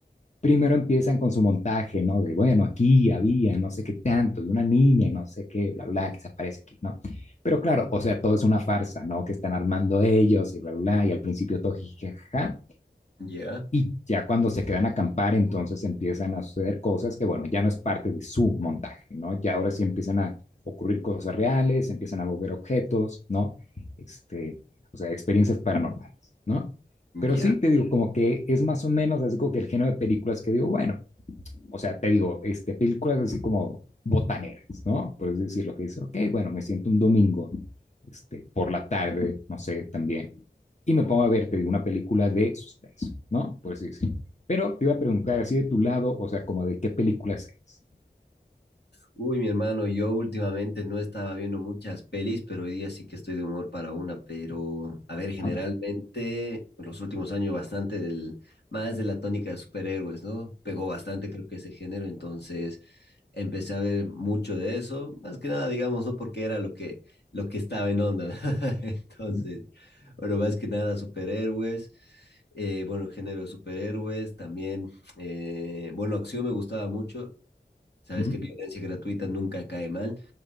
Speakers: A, on the left (about 40°); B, on the left (about 75°).
A: primero empiezan con su montaje, ¿no? De, bueno, aquí había no sé qué tanto, de una niña y no sé qué, bla, bla, que se aparece aquí, ¿no? Pero claro, o sea, todo es una farsa, ¿no? Que están armando ellos y bla, bla, y al principio todo jijaja.
B: Ya,
A: Y ya cuando se quedan a acampar, entonces empiezan a suceder cosas que, bueno, ya no es parte de su montaje, ¿no? Ya ahora sí empiezan a ocurrir cosas reales, empiezan a mover objetos, ¿no? Este, o sea, experiencias paranormales, ¿no? Pero
B: ya.
A: sí, te digo, como que es más o menos así como que el género de películas que digo, bueno, o sea, te digo, este, películas así como botaneras, ¿no? Por decir lo que dice, ok, bueno, me siento un domingo, este, por la tarde, no sé, también, y me pongo a ver, te digo, una película de suspenso, ¿no? Por así decirlo. Pero te iba a preguntar, así de tu lado, o sea, como de qué películas eres.
B: Uy, mi hermano, yo últimamente no estaba viendo muchas pelis, pero hoy día sí que estoy de humor para una. Pero, a ver, generalmente,
A: Ajá,
B: en los últimos años bastante del, más de la tónica de superhéroes, ¿no? Pegó bastante, creo que ese género. Entonces, empecé a ver mucho de eso, más que nada, digamos, no porque era lo que, lo que estaba en onda. <laughs> Entonces,
A: ujú,
B: bueno, más que nada superhéroes, eh, bueno, el género de superhéroes, también, eh, bueno, acción me gustaba mucho, sabes
A: ujú,
B: que violencia gratuita nunca cae mal